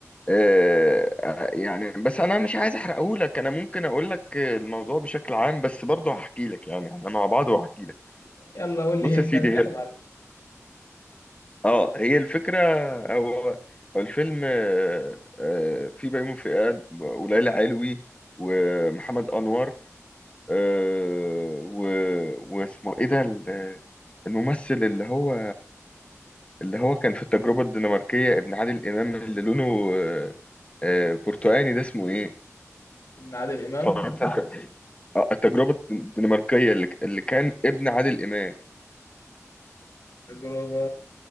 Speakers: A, on the left; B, on the left.
A: آه آه، يعني بس انا مش عايز احرقه لك انا ممكن اقول لك الموضوع بشكل عام بس برضه هحكي لك يعني احنا مع بعض وهحكي لك
B: يلا قول
A: بص
B: لي هنتات
A: يا سيدي
B: كده
A: هي
B: معلش
A: اه هي الفكره هو هو الفيلم آه آه في بيومي فؤاد وليلى علوي ومحمد انور آه و- واسمه ايه ده ال- الممثل اللي هو اللي هو كان في التجربة الدنماركية ابن عادل إمام اللي لونه آه، آه، برتقاني ده اسمه إيه؟
B: ابن عادل امام
A: اتفرجت على الت- آه، التجربة الدنماركية اللي اللي كان ابن عادل إمام
B: تجربة